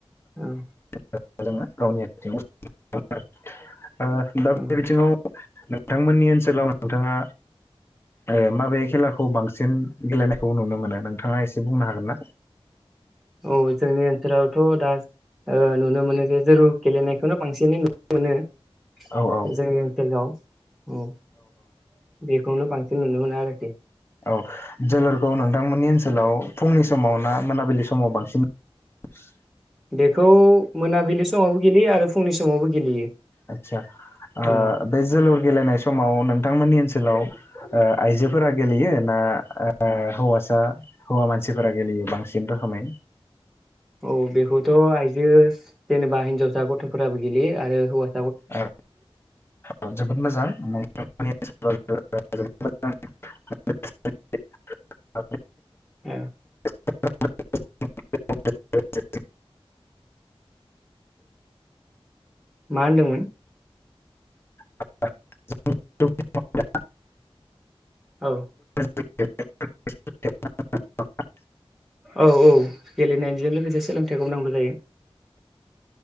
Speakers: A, in the centre; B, on the left.
A: ओं
B: <unintelligible> ओ <unintelligible> बे
A: औ
B: बिथिङाव नोंथांमोननि ओनसोलाव नोंथाङा ओ माबे खेलाखौ बांसिन गेलेनायखौ नुनो मोनो नों नोंथाङा एसे बुंनो हागोन ना?
A: औ जोंनि ओनसोलावथ दा ओ नुनो मोनो जे जोलुर गेलेनाय बेखौनो बांसिनै नुनो मोनो जोंनि
B: औ औ
A: ओनसोलाव औ बेखौनो बांसिन थ' नुनो मोनना आरो
B: औ जोलुरखौ नोंथांमोननि ओनसोलाव फुंनि समाव ना मोनाबिलि समाव बांसिन <unintelligible>
A: बेखौ मोनाबिलि समावबो गेलेयो आरो फुंनि समावबो गेलेयो
B: आदसा ओ
A: उम
B: बे जोलुर गेलेनाय समाव नोंथांमोननि ओनस सोलाव ओ आइजोफोरा गेलेयो ना ओ हौवासा हौवा मानसिफोरा गेलेयो बांसिन रोखोमै?
A: औ बेखौथ' आइजो जेनेबा हिनजावसा गथ'फोराबो गेलेयो आरो हौवा
B: औ औ जोबोद मोजां <unintelligible> <unintelligible>
A: औ
B: <unintelligible>
A: मा होनदोंमोन?
B: <unintelligible>
A: औ
B: <unintelligible>
A: औ औ गेलेनायजों लोगोसे सोलोंथाइखौ नांगौ जायो। <inaudible>